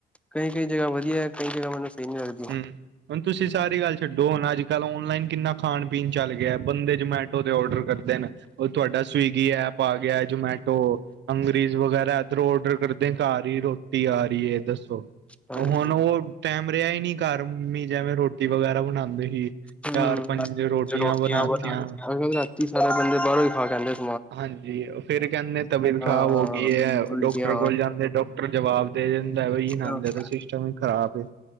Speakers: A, in the centre; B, on the right.
A: ਕਈ ਕਈ ਜਗ੍ਹਾ ਵਧੀਆ ਕਈ ਜਗ਼੍ਹਾ ਮਤਲਬ ਸਹੀ ਨੀ ਲਗਦੀ।
B: ਹੂੰ ਹੁਣ ਤੁਸੀਂ ਸਾਰੀ ਗੱਲ ਛੱਡੋ ਹੁਣ ਅੱਜ ਕੱਲ ਓਨਲਾਈਨ ਕਿੰਨਾ ਖਾਣ ਪੀਣ ਚੱਲ ਗਿਆ ਬੰਦੇ ਜਮੈਟੋ। <inaudible> ਔਡਰ ਕਰਦੇ ਨੇ ਉਹ ਤੁਹਾਡਾ ਸਵੀਗੀ ਐਪ ਆ ਗਿਆ ਜਮੈਟੋ। ਹੰਗਰੀਜ ਵਗੈਰਾ ਇਧਰੋਂ ਔਡਰ ਕਰਦੇ ਘਾਰ ਹੀ ਰੋਟੀ ਆ ਰਹੀ ਹੈ ਦੱਸੋ।
A: ਹਾਂਜੀ
B: ਹੁਣ ਉਹ ਟੈਮ ਰਿਹਾ ਹੀ ਨਹੀਂ ਘਰ ਮੰਮੀ ਜਿਵੇਂ ਰੋਟੀ ਵਗੈਰਾ ਬਣਾਉਂਦੇ ਸੀ।
A: ਹਮ
B: ਚਾਰ ਪੰਜ ਰੋਟੀਆਂ
A: ਅਗਰ
B: ਬਣਾਤੀਆਂ।
A: <inaudible> ਸਾਰੇ ਬੰਦੇ ਬਾਹਰੋਂ ਹੀ ਖਾ ਕਹਿੰਦੇ <inaudible>
B: ਹਾਂਜੀ ਫਿਰ ਕਹਿੰਦੇ ਤਬੀਅਤ
A: ਹਾਂ
B: ਖ਼ਰਾਬ ਹੋ ਗਈ ਏ ਐ
A: ਉਲਟੀਆਂ
B: ਡੋਕਟਰ ਕੋਲ ਜਾਂਦੇ ਡੋਕਟਰ ਜਵਾਬ। ਦੇ ਦਿੰਦੈ ਬਈ ਇਹਨਾਂ
A: ਫਿਰ
B: ਦਾ ਸਿਸਟਮ ਹੀ ਖ਼ਰਾਬ ਵੇ